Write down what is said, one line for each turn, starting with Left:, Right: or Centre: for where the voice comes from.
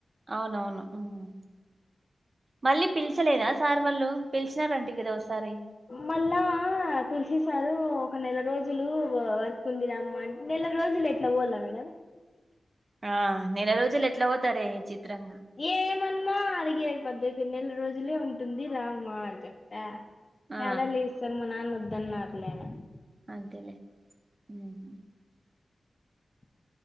Right: అవునవును మ్ మళ్ళీ పిల్చలేదా సార్ వాళ్ళు పిలిచినారంటివి కదా ఒసారి
Left: మళ్ళా తుల్సి సార్ ఒక నెల రోజులు వర్క్ ఉందిరామ్మ నెల రోజులు ఎట్లా పోల మేడం
Right: ఆ నెల రోజులు ఎట్లా పోతారే చిత్రం
Left: ఏమన్నా అడిగే పద్దతి నెల రోజులే ఉంటుంది రామ్మ అని చెప్పా
Right: ఆ
Left: ఎదల్ ఎస్స మా న్నాన వద్దన్నార్లే అని
Right: అంతేలే మ్
Left: అ